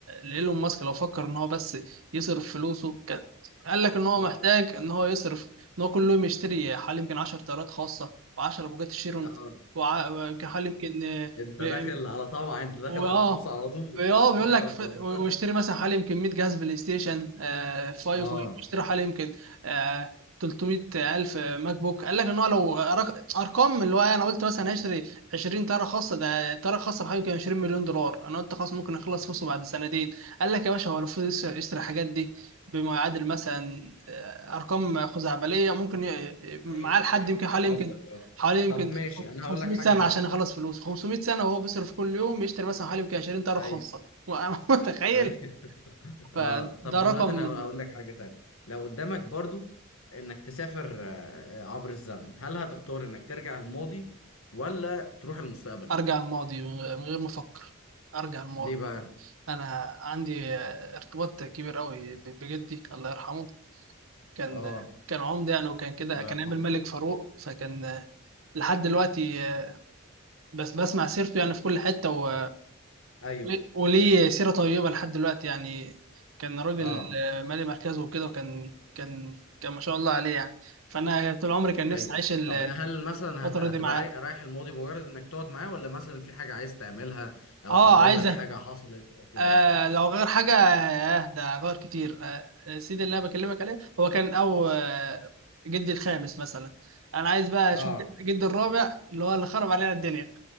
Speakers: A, on the right; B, on the left.
A: لايلون ماسك لو فكر ان هو بس يصرف فلوسه ك- قال لك ان هو
B: اه
A: محتاج ان هو يصرف ان هو كل يوم يشتري حوالي يمكن 10 طيارات خاصه و10 بوجات شيرون
B: اه
A: وع- ويمكن حوالي يمكن
B: انت داخل على طمع انت داخل
A: واه
B: على الفلوس على طول
A: اه
B: <laughs>
A: بيقول
B: لا
A: لك
B: ما
A: ف...
B: بتهزرش
A: واشتري مثلا حوالي يمكن 100 جهاز بلاي ستيشن آه 5
B: اه
A: واشتري حوالي يمكن آه 300 الف ماك بوك قال لك ان هو لو رق... ارقام اللي هو إيه، انا قلت مثلا هشتري 20 تاره خاصه ده تاره خاصه بحوالي يمكن 20 مليون دولار انا قلت خلاص ممكن اخلص فلوسه بعد سنتين قال لك يا باشا هو المفروض يشتري يشتري الحاجات دي بما يعادل مثلا آه، ارقام خزعبليه ممكن ي... معاه
B: ايوه
A: لحد
B: ايوه
A: يمكن
B: فاهم
A: حوالي
B: قصدك
A: يمكن
B: اه
A: حوالي يمكن
B: طب ماشي انا
A: 500
B: هقول لك حاجه
A: سنة
B: تانية
A: عشان يخلص فلوس 500 سنة وهو بيصرف كل يوم يشتري مثلا حوالي يمكن 20 طرف
B: ايوه
A: خاصة <laughs> وأنا متخيل
B: ايوه
A: فده
B: اه طب دلوقتي
A: رقم
B: انا هقول لك حاجة تانية لو قدامك برضو انك تسافر آه، آه، عبر الزمن هل هتختار انك ترجع الماضي ولا تروح المستقبل
A: أرجع الماضي من غير من غير ما أفكر أرجع الماضي
B: ليه بقى
A: أنا عندي آه، ارتباط كبير قوي ب- بجدي الله يرحمه كان
B: اه
A: كان عمدة يعني وكان كده
B: الله
A: كان
B: يرحمه
A: عامل ملك فاروق فكان آه، لحد دلوقتي آه، بس بسمع سيرته يعني في كل حتة و
B: ايوه
A: وليه وليه سيرة طيبة لحد دلوقتي يعني كان راجل
B: اه
A: آه، مالي مركزه وكده وكان كان كان ما شاء الله عليه يعني فأنا طول عمري كان نفسي
B: ايوه
A: أعيش ال-
B: طب هل مثلا
A: الفترة
B: هت- هتبقى
A: دي معاه
B: راي- رايح الماضي مجرد انك تقعد معاه ولا مثلا في حاجة عايز تعملها او
A: اه
B: تغير
A: عايزة
B: حاجة حصلت او كده
A: آه لو غير حاجة آه ده غير كتير آه آه، سيدي اللي أنا بكلمك عليه هو كان أو آه جدي الخامس مثلا أنا عايز بقى
B: اه
A: أشوف جدي الرابع اللي هو اللي خرب علينا الدنيا